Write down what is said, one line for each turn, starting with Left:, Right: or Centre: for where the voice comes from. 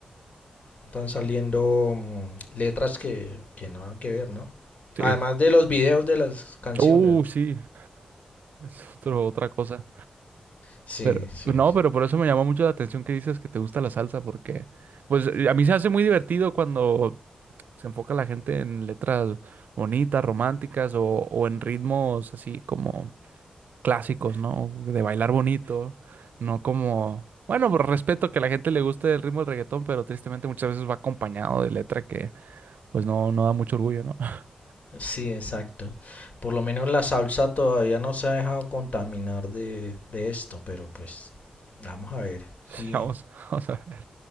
Left: están saliendo mm, letras que, que no han que ver, ¿no?
Right: Sí.
Left: Además de los videos de las canciones,
Right: Uh,
Left: ¿no?
Right: sí, es otro, otra cosa.
Left: Sí,
Right: Pero,
Left: sí,
Right: no, pero por eso me llamó mucho la atención que dices que te gusta la salsa, porque, pues, a mí se hace muy divertido cuando se enfoca la gente en letras bonitas, románticas o, o en ritmos así como clásicos, ¿no? De bailar bonito, no como... Bueno, pues, respeto que a la gente le guste el ritmo del reggaetón, pero tristemente muchas veces va acompañado de letra que pues no, no da mucho orgullo, ¿no? <laughs>
Left: sí, exacto. Por lo menos la salsa todavía no se ha dejado contaminar de, de esto, pero pues vamos a ver. Sí,
Right: Sí, vamos, vamos a ver.